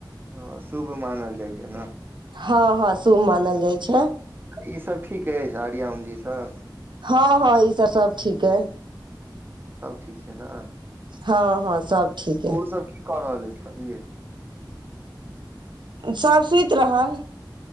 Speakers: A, on the right (about 25°); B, on the right (about 75°).
A: हां, शुभ मानल जाइ छै ने।
B: हँ हँ शुभ मानल जाइ छै।
A: ईसभ ठीक अछि आर्या, ओम जी सब?
B: हँ हँ ई सब सब ठीक की।
A: सब ठीक छै ने।
B: हँ हँ सब ठीक
A: और
B: अइ
A: सब कि? क रहल अछि
B: सब सुति रहल।